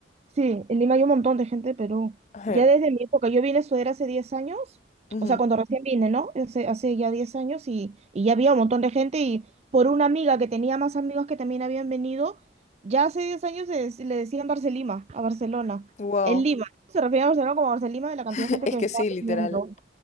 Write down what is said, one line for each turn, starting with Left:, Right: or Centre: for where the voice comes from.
Right: Sí, en Lima hay un montón de gente de Perú.
Left: <laughs> Ajá,
Right: Ya desde mi época, yo vine a estudiar hace 10 años,
Left: ujú.
Right: o sea, cuando recién vine, ¿no? Hace, hace ya 10 años y, y ya había un montón de gente y por una amiga que tenía más amigos que también habían venido, ya hace 10 años se dec- le decían Barcelima, a Barcelona.
Left: Wow,
Right: En Lima, se refería a Barcelona como Barcelima de la cantidad
Left: <laughs>
Right: de gente
Left: es
Right: que
Left: que
Right: estaba
Left: sí, literal.
Right: viniendo.